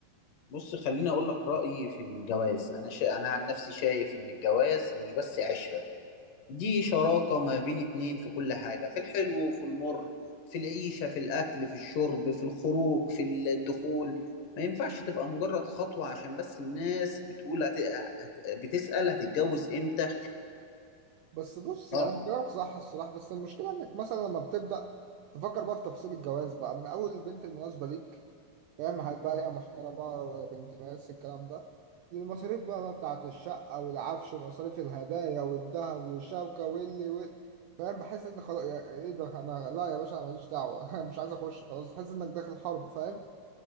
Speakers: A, on the left; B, on the right.
A: بص خليني اقول لك رأيي في الجواز انا شا... انا عن نفسي شايف ان الجواز مش بس عشرة دي شراكة ما بين اتنين في كل حاجة في الحلو وفي المر في العيشة في الاكل في الشرب في الخروج في الدخول ما ينفعش تبقى مجرد خطوة عشان بس الناس بتقول هت... هت... بتسأل هتتجوز امتى
B: بس بص
A: اه
B: يعني انت كلامك صح الصراحة بس المشكلة انك مثلا لما بتبدأ تفكر بقى في تفاصيل الجواز بقى من اول البنت المناسبة ليك فاهم هل بقى هي محترمة ولا بنت ناس الكلام ده المصاريف بقى, بقى بتاعة الشقة والعفش ومصاريف الهدايا والذهب والشبكة واللي وال... فاهم بحس ان خلاص يا... ايه ده انا لا يا باشا أنا ماليش دعوة <laughs> مش عايز اخش خلاص تحس انك داخل حرب فاهم